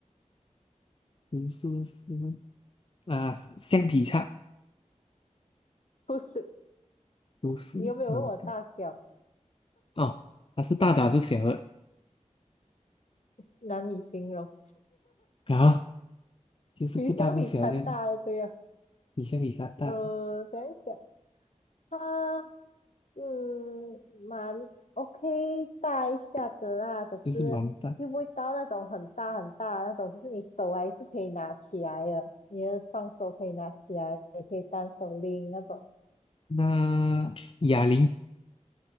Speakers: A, on the left; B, on the left.
A: 读书的时候啊，橡皮擦，
B: 不是？
A: 读书，
B: 你有没有问我大小？
A: 嗯，哦，它是大的还是小的？
B: 难以形容，
A: 啊？就是不大不小，
B: 比相比它大了对呀、
A: 这样比下比他大，
B: 呃，怎样讲？它嗯蛮 OK 大一下的啦，可是又不会到那种很大很大的那种，
A: 就是蛮大。
B: 就是你手还是可以拿起来的，你的双手可以拿起来，也可以单手拎那种。
A: 那哑铃